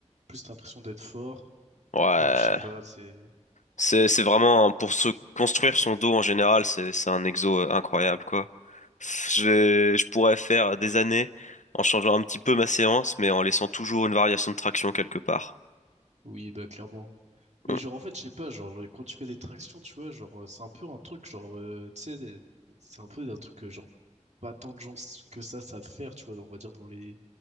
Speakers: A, on the right; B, on the left.
A: plus t'as l'impression d'être fort,
B: Ouais,
A: genre, je sais pas, c'est,
B: c'est c'est vraiment pour se construire son dos en général, c'est c'est un exo euh, incroyable quoi. Je je pourrais faire des années en changeant un petit peu ma séance, mais en laissant toujours une variation de traction quelque part.
A: oui, bah, clairement. Mais
B: Mm.
A: genre, en fait, je sais pas, genre, quand tu fais des tractions, tu vois, genre, euh, c'est un peu un truc, genre, euh, tu sais, des- c'est un peu un truc, euh, genre, pas tant de gens que ça savent faire, tu vois, dans- on va dire dans les